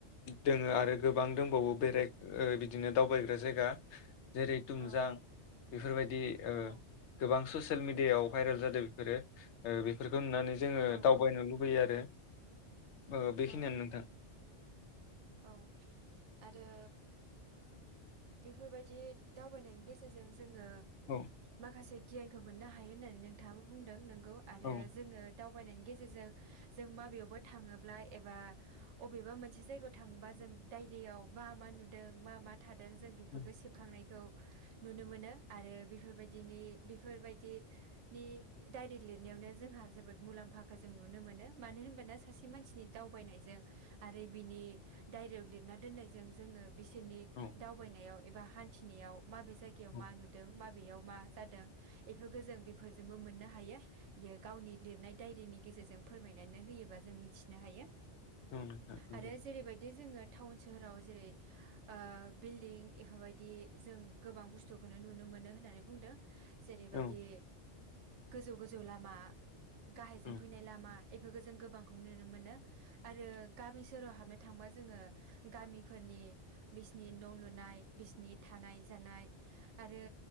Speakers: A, on the left (about 75°); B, on the right (about 75°).
A: दोंङो आरो गोब गोबां दोंबावो बेराय बिदिनो दावबायग्रा जायगा। जेरै तुमजां।
B: औ
A: बेफोरबायद दि
B: औ
A: ओह गोबां ससे ससेल मिडियायाव भाइरेलजादो बेफोरो ओह बेफोरखो नुनानै जोंङो
B: औ
A: दावबायनो लुबैयोआरो। ओ बेखिनियानो
B: औ
A: नोंथां।
B: औ आरो बेफोरबादि दावबायनायनि गेजेरजों जोंङो
A: औ
B: माखासे गियानखो मोननोहायो होननानै नोंथाङाबो बुंदों नों गौ आरो
A: औ
B: जोङो दावबायनायनि गेजेरजों जों माबेयावबा थाङोब्ला एबा अबेबा मोनसे जायगायाव थाङोबाजों डायरियाव मा मा नुदों मा मा थादों जों बेफोरखो
A: औ
B: सेबखांनायखौ नुनोमोनो। आरो बेफोरबायदिनि बेफोरबायदि नि डायरि लिरनायावनो जोंहा जोबोद मुलाम्फाखोजों नुनोमोनो। मानो होनबाना सासे मानसिनि दावबायनायजों आरो बिनि डायरियाव लिरना दोननायजों जोङो बिसोरनि
A: औ
B: दावबायनायाव एबा हान्थिनायाव माबे जायगायाव
A: औ
B: मानुदों माबेयाव मा जादों इफोरखोजों बेफोरजोंबो मोननो हायो इयो गावनि लिरनाय डायरिनि गेजेरजों फोरमायनानै होयोबाजों मिथिनो हायो।
A: <inaudible>
B: आरो जेरैबायदि जोङो टाउन सोहोराव जेरै ओ बिल्डिं एफाबायदि जों गोबां बुस्थुखौनो नुनो मोनो होननानै बुंदों जेरैबायदि
A: औ
B: गोजौ गोजौ लामा गाहायजों
A: औ
B: फैनाय लामा बेफोरखौ जों गोबां नुनो मोनो। आरो गामि सोहोराव हाबनो थांबा जोङो गामिफोरनि बिसिनि न' लुनाय बिसिनि थानाय जानाय आरो